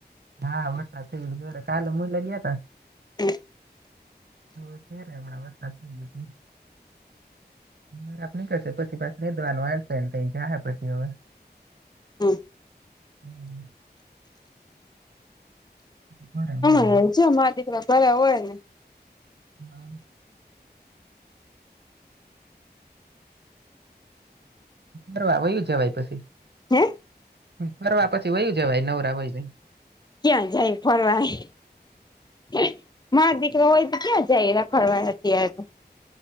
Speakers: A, on the right; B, on the left.
A: હા વરસાદ થઈ ને ઘરે કાલે મુલે ગયા તા
B: હમ્મ
A: તો ઘેરે અમણા વરસાદ <unintelligible> <unintelligible> નીકળશે પછી પાછું <unintelligible> આવેશે ન તંઈ જાહે પછી હવે <inaudible>
B: હમ્મ
A: હમ. બરાબર
B: એમ જો મારો દીકરા ઘરે હોય નઈ
A: હા ફરવા વયું જવાય પછી
B: હેં?
A: ફરવા પછી વયુ જવાય નવરા હોય
B: ક્યાં જાય ફરવા મા દીકરો હોય તો ક્યાં જાય રખડવા અત્યારે તો